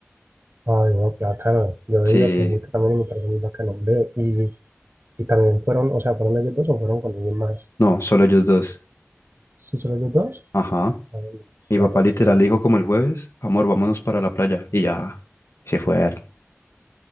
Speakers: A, on the right; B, on the left.
A: Ay, no, qué bacano. Yo
B: sí,
A: digo que es muy también me parece muy bacano. Ve, y, y también fueron, o sea, ¿fueron ellos dos o fueron con alguien más?
B: no, solo ellos dos,
A: ¿Sí son ellos dos?
B: ajá.
A: Ay, no,
B: Mi
A: pero
B: papá
A: re
B: literal
A: chévere,
B: le dijo como el jueves, amor, vámonos para la playa, y ya, se fueron.